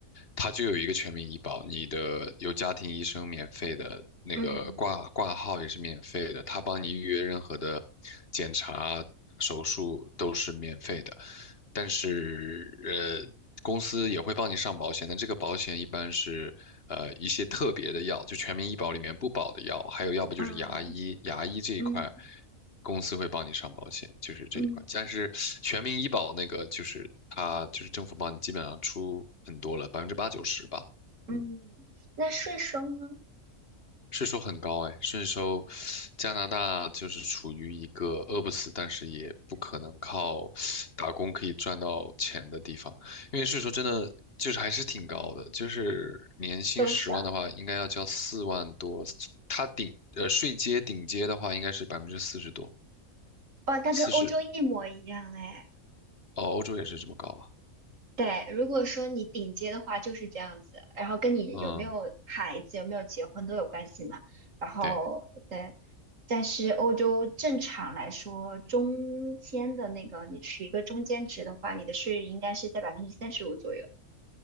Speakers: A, on the left; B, on the right.
A: 他就有一个全民医保。你的有家庭医生免费的，那个挂挂号也是免费的，
B: 嗯
A: 他帮你预约任何的检查、手术都是免费的。但是呃，公司也会帮你上保险，但这个保险一般是呃一些特别的药，就全民医保里面不保的药，还有要不就是牙医，
B: 嗯
A: 牙医这一块
B: 嗯
A: 公司会帮你上保险，就是这一块。
B: 嗯
A: 但是全民医保那个就是它就是政府帮你基本上出很多了，百分之八九十吧。
B: 嗯，
A: 嗯。
B: 那税收呢？
A: 税收很高哎，税收，加拿大就是处于一个饿不死，但是也不可能靠打工可以赚到钱的地方，因为税收真的就是还是挺高的，就是年薪十万的话，
B: 多少？
A: 应该要交四万多，它顶呃税阶顶阶的话应该是百分之四十多，
B: 哇，那跟欧洲一模一样哎。
A: 四十哦，欧洲也是这么高吧？
B: 对，如果说你顶尖的话就是这样子，然后跟你有没有孩子、
A: 嗯，
B: 有没有结婚都有关系嘛。然后对，
A: 对，
B: 但是欧洲正常来说，中间的那个你取一个中间值的话，你的税率应该是在百分之三十五左右。